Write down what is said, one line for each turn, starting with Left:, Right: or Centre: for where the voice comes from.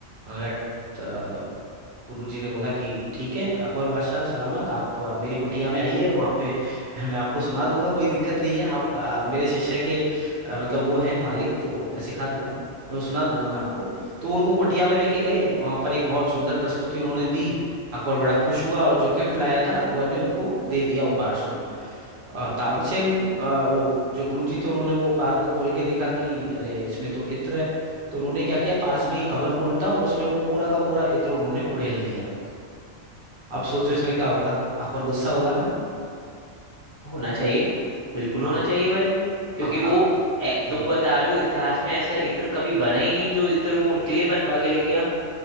Right: मैंने कहा गुरुजी ने बोला कि ठीक है अकबर बादशाह सलामत आप अ, मेरी कुटिया में आइए और वहाँ पे <laughs> मैं आपको सुना दूंगा कोई दिक्कत नहीं है आप अ, मेरे शिष्य के अ, मतलब वो हैं मालिक तो मैं सिखा दूंगा वो सुना दूंगा मैं आपको तो वो उनको कुटिया में लेके गए वहाँ पर एक बहुत सुंदर प्रस्तुति उन्होंने दी अकबर बड़ा खुश हुआ और जो गिफ्ट लाया था अकबर ने उनको दे दिया उपहार स्वरूप अ, तानसेन अ, वो जो गुरुजी थे उन्होंने वो उपहार को खोल के देखा कि अरे इसमें तो इत्र है तो उन्होंने क्या किया पास में ही खबन कुंड था और उसमें वो पूरा का पूरा इत्र उन्होंने उड़ेल दिया अब सोचो इसमें क्या होगा अकबर गुस्सा होगा ना
Left: होना चाहिए बिल्कुल
Right: हाँ
Left: होना चाहिए भाई क्योंकि
Right: अब
Left: वो
Right: अक...
Left: ए,
Right: हम्म
Left: तुम बता रहे हो इतिहास में ऐसा इत्र कभी बना ही नहीं जो इत्र वो उनके लिए बनवा के लेके आ